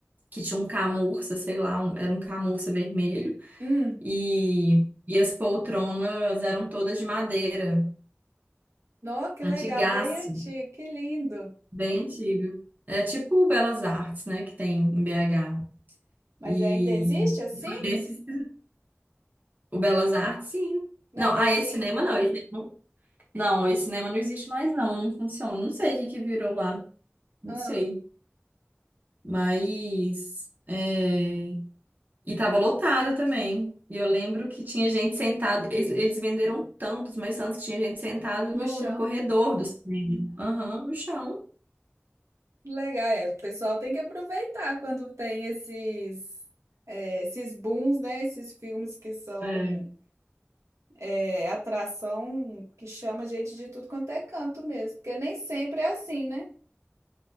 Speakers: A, on the right; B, on the right.
A: que tinha um camurça, sei lá, um- era um camurça vermelho,
B: hum.
A: e, e as poltronas eram todas de madeira,
B: Nossa, que
A: antigaço,
B: legal, bem antigo, que lindo.
A: bem antigo. É tipo o Belas Artes, né, que tem em BH.
B: Mas
A: E
B: ainda existe assim?
A: foi nesse O Belas Artes, sim.
B: Não,
A: Não, ah,
B: esse
A: esse cinema não. Esse cinema- Não, esse cinema não existe mais, não. Não funciona. Não sei o que que virou lá. Não
B: ah,
A: sei. Mas. é, E tava lotado também. E eu lembro que tinha gente sentada. Eles, eles venderam tantos, mas tantos que tinha gente sentada
B: no
A: no,
B: chão.
A: no corredor do cinema. Aham, no chão.
B: Legal, é. O pessoal tem que aproveitar quando tem esses é, esses booms, né? Esses filmes que são
A: É,
B: é, atração que chama gente de tudo quanto é canto mesmo, porque nem sempre é assim, né?